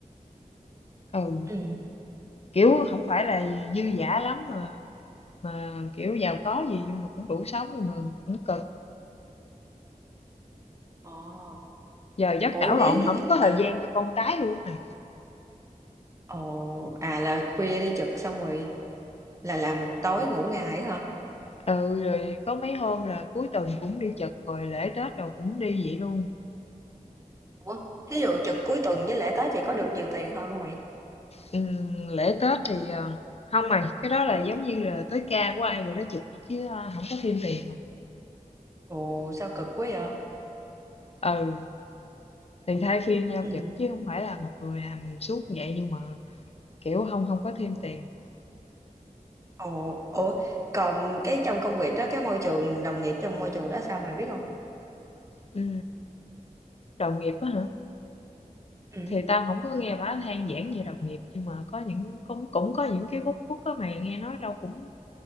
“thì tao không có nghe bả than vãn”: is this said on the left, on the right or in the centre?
Left